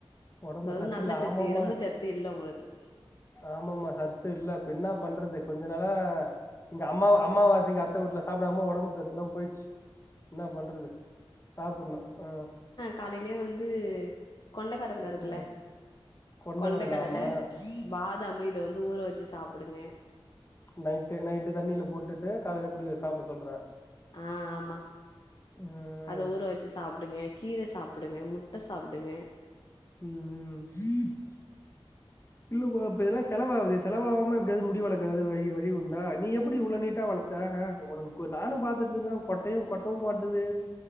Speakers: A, on the left; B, on the left.
A: உடம்புல
B: அதாது நல்ல
A: இல்ல
B: சத்து
A: ஆமாமா
B: இரும்பு சத்து இல்ல ஒங்களுக்கு
A: ஆமாமா சத்து இல்ல இப்ப என்னா பண்றது கொஞ்ச நாளா இங்க அம்மா அம்மாவாசைக்கு அத்த வீட்ல சாப்டாம ஒடம்பு சத்துலா போயிட்ச்சு என்ன பண்றது சாப்புட்ணு ஆ
B: காலேலே வந்து கொண்டகடல இருக்குல
A: ஆஹ் கொண்டக்கடலை
B: கொண்டக்கடல
A: ஆமா
B: பாதாமு இது வந்து ஊற வச்சு சாப்புடுங்க
A: நைட்டு நைட்டு தண்ணில போட்டுட்டு காலேல குடிக்கது சாப்ட சொல்ற
B: ஆ ஆமா
A: உம்
B: அத ஊற வச்சு சாப்டுங்க கீர சாப்புடுங்க முட்ட சாப்டுங்க
A: உம் இல்லமா இப்ப இதெல்லா செலவாவுதே செல வாவாம எப்டியாது முடி வளக்குறது வழி வழி உண்டா நீ எப்டி இவ்ளோ நீ ட்டா வளத்த அ ஒனக்கு நானு பாத்துட்ருக்க கொட்டையு கொட்டவு மாட்டுது